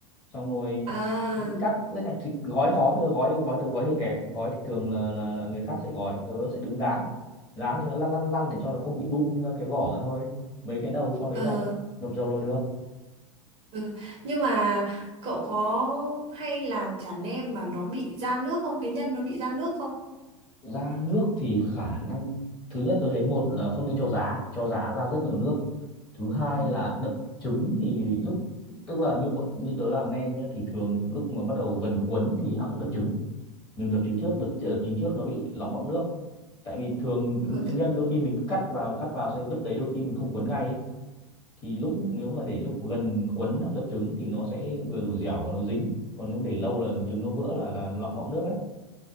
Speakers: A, on the left; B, on the right.
A: xong rồi
B: à
A: đến đi cắt rất là thịt gói khó thôi gói gói tớ gói hơi kém gói thì thường là, là là người khác sẽ gói tớ sẽ đứng dán dán thì nó lăn lăn lăn để cho nó không bị bung ra cái vỏ ra thôi mấy cái đầu sau
B: ờ
A: đấy là ngập dầu là được
B: Ừ. Nhưng mà cậu có hay làm chả nem mà nó bị ra nước không? Cái nhân nó bị ra nước không?
A: ra nước thì khả năng thứ nhất tôi thấy một là không nên cho giá cho giá ra rất nhiều nước thứ hai
B: Ừ.
A: là đập trứng thì lúc tức là như bọn như tớ làm nem nhá thì thường lúc mà bắt đầu gần cuốn thì hẵng đập trứng đừng đập trứng trước đập, đập trứng trước nó bị lỏng bọng nước tại vì thường
B: Ừ,
A: nguyên
B: tức...
A: nhân đôi khi mình cứ cắt vào cắt vào xong vứt đấy đôi khi mình không cuốn ngay ấy. thì lúc
B: ừ.
A: nếu mà để lúc gần cuốn hẵng đập trứng thì nó sẽ vừa đủ dẻo và nó dính còn nếu để lâu là trứng nó vỡ là là lỏng bọng nước đấy